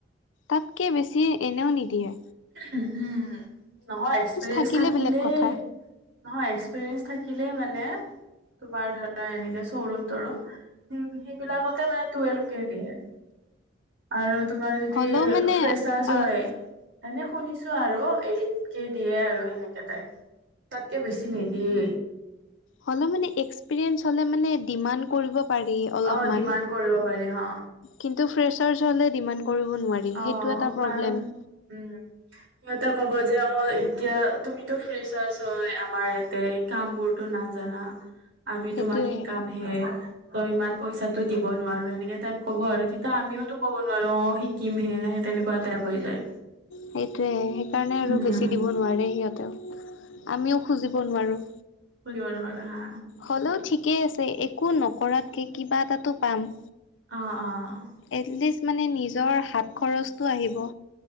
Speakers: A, on the left; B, on the right.
A: তাতকৈ বেছি এনেও নিদিয়ে।
B: উম হুম। নহয় এক্সপিৰিয়েঞ্চ
A: থাকিলে
B: থাকিলেই
A: বেলেগ কথা।
B: নহয় এক্সপিৰিয়েঞ্চ থাকিলেই মানে তোমাৰ ধৰা এনেকে চৰুম তৰুম, সেইবিলাকতে মানে টুৱেলভ কে দিয়ে। আৰু তোমাৰ যদি
A: হ'লেও মানে
B: ফ্ৰেচাৰছ
A: আহ
B: হয় এনে শুনিছোঁ আৰু এইত কে দিয়ে আৰু সেনেকে তাইপ। তাতকে বেছি নিদিয়ে।
A: হলে মানে এক্সপিৰিয়েঞ্চ হলে মানে ডিমাণ্ড কৰিব পাৰি। অলপমান।
B: অ', ডিমাণ্ড কৰিব পাৰি হ।
A: কিন্তু ফ্ৰেছাৰ্জ হ'লে ডিমাণ্ড কৰিব নোৱাৰি
B: অ',
A: সেইটো এটা
B: কাৰণ
A: প্ৰব্লেম।
B: উম, সিহঁতে ক'ব যে অ', এতিয়া তুমিতো ফ্ৰেছৱাচ হয় আমাৰ ইয়াতে কাম বোৰতো নাজানা, আমি
A: সেইটোৱে
B: তোমাক শিকাম হে। তই ইমান পইচা টো দিব নোৱাৰোঁ এনেকে টাইপ ক'ব আৰু তেতিয়া আমিওতো ক'ব নোৱাৰোঁ অ', সি কিম সেয়া সে তেনেকুৱা টাইপ হৈ যায়।
A: সেইটোৱে সেইকাৰণে আৰু
B: উম।
A: বেছি দিব নোৱাৰে সিহঁতেও, আমিও খুজিব নোৱাৰোঁ।
B: খুজিব নোৱাৰোঁ হা।
A: হ'লেও ঠিকেই আছে একো নকৰাতকৈ কিবা এটাটো পাম।
B: অ', অ'।
A: এটলিষ্ট মানে নিজৰ হাত খৰচটো আহিব।